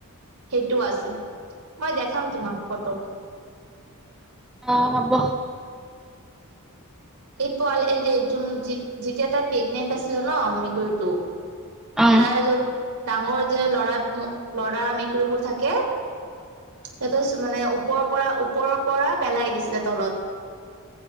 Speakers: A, on the right (about 85°); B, in the centre.
A: সেইটোও আছে। মই দেখাম তোমাক ফটো।
B: অ হ'ব।
A: এই পোৱালি এই যে যোন যি যেতিয়া তাই প্ৰেগনেন্ট আছিলে ন মেকুৰীটো
B: অ',
A: তাৰ যে ডাঙৰ যে লৰা ম ল'ৰা মেকুৰীবোৰ থাকে সেইটো চু মানে ওপৰৰ পৰা ওপৰৰ পৰা পেলাই দিছিলে তলত।